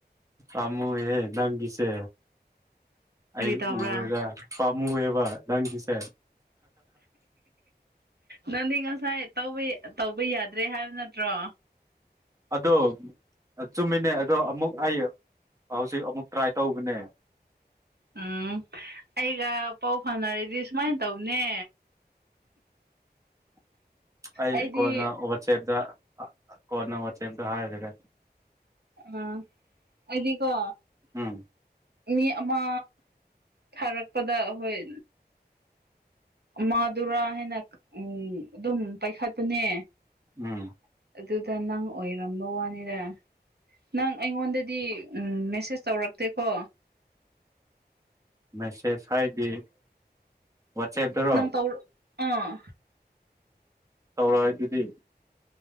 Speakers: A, on the right; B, on the right.
A: ꯑꯃꯨ ꯑꯦ ꯅꯪꯒꯤꯁꯦ
B: ꯀꯔꯤ
A: ꯑꯩ
B: ꯇꯧꯕ꯭ꯔꯥ
A: ꯎꯕꯗ ꯄꯥꯝꯃꯨꯑꯦꯕ ꯅꯪꯒꯤꯁꯦ
B: ꯅꯪꯗꯤ ꯉꯁꯥꯏ ꯇ ꯇꯧꯕ ꯌꯥꯗ꯭ꯔꯦ ꯍꯥꯏꯕ ꯅꯠꯇ꯭ꯔꯣ
A: ꯑꯗꯣ ꯆꯨꯝꯃꯤꯅꯦ ꯑꯗꯣ ꯑꯃꯨꯛ ꯑꯩ ꯍꯧꯖꯤꯛ ꯑꯃꯨꯛ ꯇ꯭ꯔꯥꯏ ꯇꯧꯕꯅꯦ
B: ꯎꯝ ꯑꯩꯒ ꯄꯥꯎ ꯐꯅꯔꯗꯤ ꯁꯨꯃꯥꯏꯅ ꯇꯧꯅꯦ
A: <inaudible> ꯑꯩ
B: ꯑꯩꯗꯤ
A: ꯀꯣꯟꯅ ꯋꯥꯆꯦꯞꯇ ꯀꯣꯟꯅ ꯋꯥꯆꯦꯞꯇ ꯍꯥꯏꯈꯒꯦ
B: ꯑꯥ ꯍꯥꯏꯗꯤꯀꯣ
A: ꯑꯥ
B: ꯃꯤ ꯑꯃ ꯊꯥꯔꯛꯄꯗ ꯑꯩꯈꯣꯏ ꯃꯥꯗꯨꯔꯥ ꯍꯥꯏꯅ ꯎ ꯑꯗꯨꯝ ꯄꯥꯏꯈꯠꯄꯅꯦ
A: ꯎꯝ
B: ꯑꯗꯨꯗ ꯅꯪ ꯑꯣꯏꯔꯝꯕ ꯋꯥꯅꯤꯗ ꯅꯪ ꯑꯩꯉꯣꯟꯗꯗꯤ ꯃꯦꯁꯦꯁ ꯇꯧꯔꯛꯇꯦꯀꯣ
A: ꯃꯦꯁꯦꯖ ꯍꯥꯏꯗꯤ ꯋꯥꯆꯦꯞꯇꯔꯣ
B: ꯅꯪ ꯇꯧ ꯑꯥ
A: ꯇꯧꯔꯛꯏ ꯑꯗꯨꯗꯤ